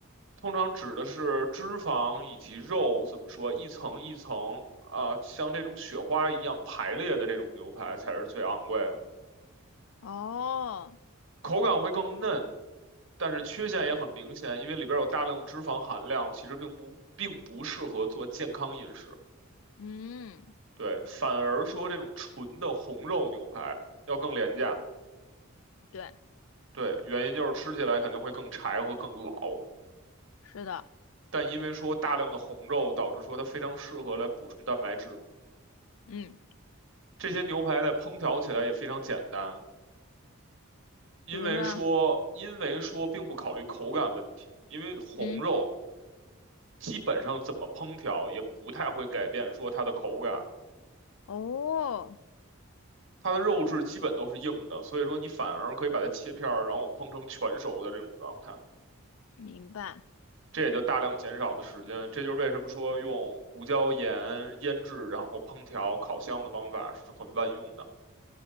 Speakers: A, on the right; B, on the left.
A: 通常指的是脂肪以及肉，怎么说，一层一层啊，像这种雪花一样排列的这种牛排才是最昂贵的，
B: 哦，
A: 口感会更嫩，但是缺陷也很明显，因为里边有大量的脂肪含量，其实并不并不适合做健康饮食。
B: 嗯，
A: 对，反而说这种纯的红肉牛排要更廉价。
B: 对，
A: 对，原因就是吃起来肯定会更柴和更老，
B: 是的。
A: 但因为说大量的红肉，导致说它非常适合来补充蛋白质。
B: 嗯，
A: 这些牛排在烹调起来也非常简单，因为说因为说并不考虑口感问题，
B: 比如说，
A: 因为红肉
B: 嗯，
A: 基本上怎么烹调也不太会改变说它的口感，
B: 哦，
A: 它的肉质基本都是硬的，所以说你反而可以把它切片儿，然后烹成全熟的这种状态。
B: 明白。
A: 这也就大量减少的时间。这就是为什么说用胡椒盐腌制，然后烹调、烤箱的方法是很万用的。